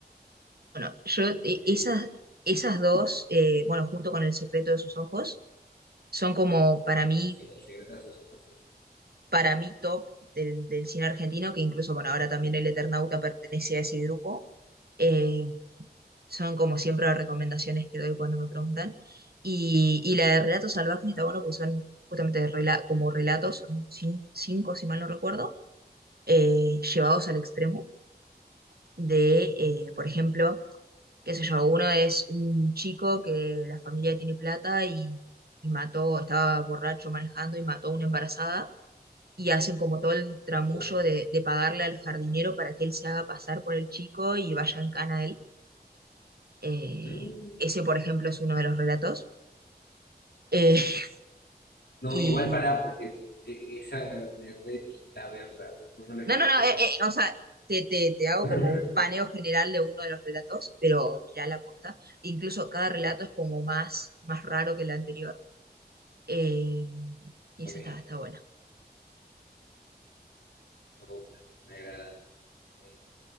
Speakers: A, on the right; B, on the left.
A: Bueno, yo, eh,
B: Eh,
A: esas, esas dos, eh, bueno, junto con El secreto de sus ojos, son como para
B: ah, bueno,
A: mí
B: sí, El secreto de sus ojos, sí.
A: para mí top del, del cine argentino, que incluso, bueno, ahora también El Eternauta pertenece a ese grupo. Eh, son como siempre las recomendaciones que doy cuando me preguntan. Y, y la de Relatos Salvajes está bueno porque son justamente rela- como relatos, son cin- cinco si mal no recuerdo, eh, llevados al extremo de, eh, por ejemplo, qué sé yo, uno es un chico que la familia tiene plata y, y mató, estaba borracho manejando y mató a una embarazada y hacen como todo el tramullo
B: Ojo.
A: de, de pagarle al jardinero para que él se haga pasar por el chico y vaya en cana a él. Eh,
B: Mm.
A: ese, por ejemplo, es uno de los relatos. Eh, <laughs>
B: No,
A: y
B: igual para, porque eh, esa me repinta verla, no no me la
A: no,
B: spoilees.
A: no, no, eh, eh, o sea, te, te, te hago
B: <laughs>
A: como un paneo general de uno de los relatos, pero mirá la posta. Incluso cada relato
B: Ok,
A: es como más, más raro que el anterior. Eh, y
B: ok,
A: esa está, está buena.
B: me gusta, me agrada. sí.